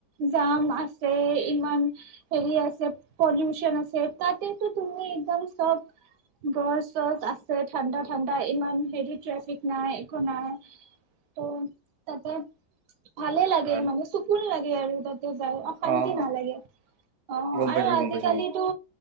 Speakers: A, on the right (about 75°); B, on the right (about 55°).
A: জাম আছে ইমান হেৰি আছে, পলিউচন আছে, তাতেটো তুমি একদম চব গছ-চছ আছে, ঠাণ্ডা ঠাণ্ডা ইমান হেৰি ট্ৰেফিক নাই একো নাই ত' তাপা? ভালেই লাগে
B: ভাল
A: মানে চোকুন লাগে আৰু তাতে যাই অশান্তি
B: অঁ
A: নালাগে অ'
B: গম
A: আৰু
B: পাইছো গম
A: আজিকালিটো
B: পাইছো